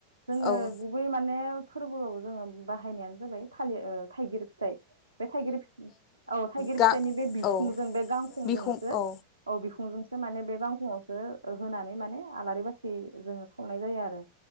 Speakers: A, on the right; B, on the left.
A: जोङो
B: औ
A: गुबै माने फोरबोआव जोङो बाहायनायानो जाबाय थालिर ओ थाइगिर फिथाइ। बे थाइगिर औ थाइगिर
B: गा
A: फिथाइनि बे बिफुंजों
B: औ
A: बे गांखंजोंसो
B: बिखं औ
A: औ बिखुंजोंसो माने बे गांखङावसो ओ होनानै माने आलारि बाथि जोङो सावनाय जायो आरो।